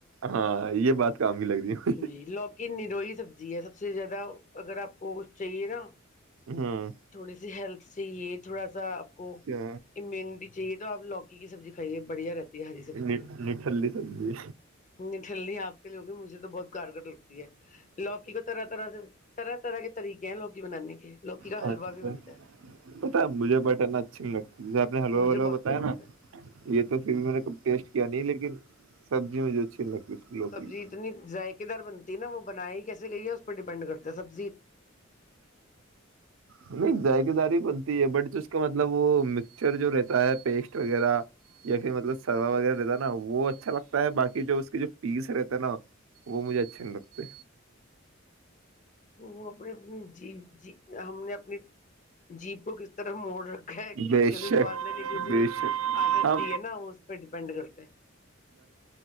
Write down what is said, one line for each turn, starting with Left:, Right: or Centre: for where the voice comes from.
Right: ہاں یہ بات کام کی لگ رہی ہے۔
Left: جی لوکی نیروئی سبزی ہے سب سے زیادہ اگر آپ کو کچھ چاہیے نا
Right: ہاں
Left: تھوڑی سی ہیلتھ سے یہ تھوڑا سا آپ کو
Right: کیا
Left: امیونٹی چاہیے تو آ لوکی کی سبزی کائیے بڑیا رہتی ہری سبزیاںٹھللی
Right: نٹھلی سبزی
Left: آپ کے لوگ مجھے تو بہت کارگگر لگتی ہے لوکی کو طرح طرح سے طرح طرح کے طریقے ہیں لوکی بنانے کے لوکی کا
Right: اچھا
Left: حلوا بھی بنتا ہے
Right: پتا ہے مجھے بٹن اچھی نہیں لگتی جیسے آپ نے حلوا
Left: مجھے
Right: والا
Left: بہت
Right: بتایا
Left: پسند
Right: نا
Left: ہے
Right: یہ تو پھر بھی میں نے کب ٹیسٹ کیا نہیں لیکن سبزی مجھے اچھی لگتی اس کی لوکی
Left: سبزی
Right: کی۔
Left: اتنی ذائقے دار بنتی ہے نا وہ بناائی ہی کیے گئی ہے اس پ پر ڈیپینڈ کرتے ہیں سب
Right: نہیں ذائقے داری بنتی ہے بٹ تو اس کا مت مطلب وہ مکسچر جو رہتا ہے پیسٹ وغیرہ یا پھر مطلب سروا وغیرہ رہتا ہے نا وہ اچھا لگتا ہے باقی جو اس کے جو پیس رہتا ہے نا وہ مجھے اچھے نہیں لگتے
Left: تو وہ اپنے اپنی جی ج ہم نے اپنی جیپ کو کس طرح موڑ رکھا ہے کیسے
Right: بے
Left: کیسے
Right: شک
Left: سواد لینے کی اسے
Right: بے شک
Left: عادت
Right: ہاں
Left: دی ہے نا وہ اس پہ ڈیپینڈ کرتے ہیں